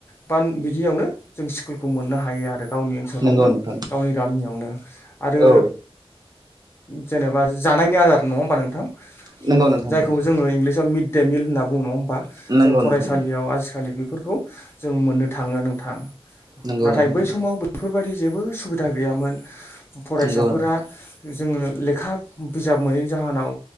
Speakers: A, on the left; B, on the right.
A: बान बिदियावनो जों स्कुलखौ मोननो हायो आरो गावनि ओनसोलावनो
B: नंगौ नोंथां
A: गावनि गामियावनो आरो।
B: औ
A: जेनेबा जानायनि आदार नङा होमबा नोंथां
B: नंगौ नोंथां
A: जायखौ
B: नंगौ
A: जोङो इंलिसाव मिड डे मिल होनना बुङ होमबा
B: नंगौ
A: जों फरायसालियाव
B: नोंथां
A: खालि बेफोरखौ जों मोननो थाङो नोंथां
B: नंगौ
A: नाथाय
B: नोंथां
A: बै समाव बेफोरबायदि जेबो सुबिदा गैयामोन फरायसाफोरा
B: नंगौ
A: जोङो लेखा बिजाब मोनैनि जाहोनाव